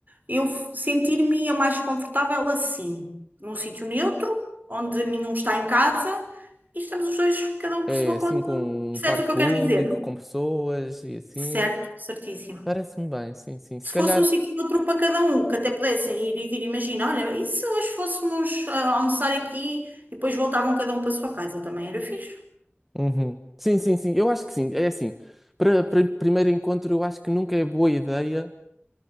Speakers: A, on the right (about 45°); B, in the centre.
A: eu f- sentir-me a mais confortável assim, num sítio neutro, onde nenhum está em casa e estamos os dois, cada um por
B: É
A: sua
B: assim
A: conta.
B: com
A: Percebes
B: um parque
A: o que
B: público,
A: eu quero dizer?
B: com pessoas e assim.
A: Certo, certíssimo.
B: Parece-me bem, sim, sim. Se
A: Se
B: calhar.
A: fosse um sítio e outro para cada um, que até pudessem ir e vir, imagina, olha, e se hoje fôssemos ah, almoçar aqui e depois voltavam cada um para a sua casa, também era fixe.
B: Uhum. Sim, sim, sim. Eu acho que sim. É assim. Para, para primeiro encontro, eu acho que nunca é boa ideia